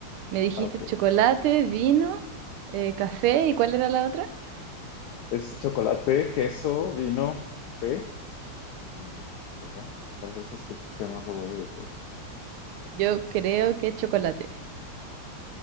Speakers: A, on the right; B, on the left.
A: Me dijiste
B: Ah, ok.
A: chocolate, vino, eh, café, ¿y cuál era la otra?
B: Es chocolate, queso, vino, fe y pues ya. ¿Cuál de esos tres sea más robado de todos?
A: Yo creo que es chocolate.